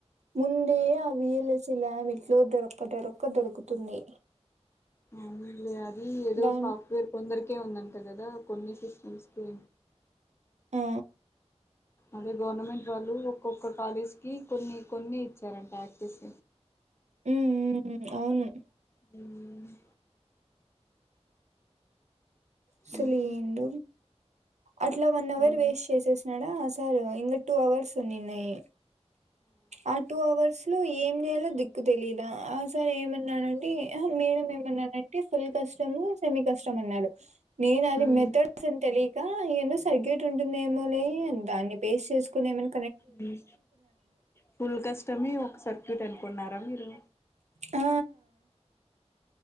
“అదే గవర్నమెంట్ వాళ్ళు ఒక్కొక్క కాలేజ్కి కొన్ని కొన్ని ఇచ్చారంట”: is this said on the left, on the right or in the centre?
Left